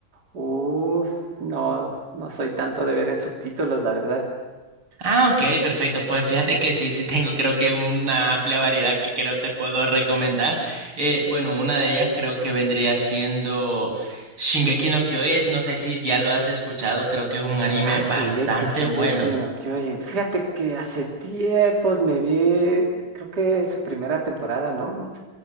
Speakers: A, on the right (about 50°); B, on the right (about 90°).
A: Uf, no, no soy tanto de ver en subtítulos, la verdad.
B: Ah, ok, perfecto. Pues fíjate que sí, sí tengo creo que una amplia variedad que creo te puedo recomendar. Eh, bueno, una de ellas creo que vendría siendo Shingeki no Kyojin. No sé si ya lo has escuchado, creo que es un anime
A: Ah,
B: bastante
A: Shingeki, Shingeki
B: bueno.
A: no Kyojin. Fíjate que hace tiempos me vi, creo que su primera temporada, ¿no? No,